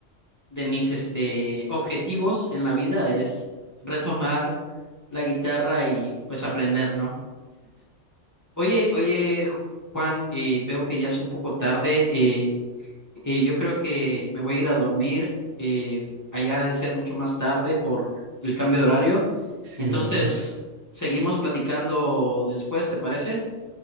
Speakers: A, on the left (about 15°); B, on the right (about 80°).
A: de mis, este, objetivos en la vida es retomar la guitarra y pues aprender, ¿no? Oye, oye, Ju- Juan, eh, veo que ya es un poco tarde. eh, Eh, yo creo que me voy a ir a dormir. eh, allá ha de ser mucho más tarde por el cambio de horario.
B: Sí,
A: Entonces,
B: es verdad.
A: seguimos platicando después, ¿te parece?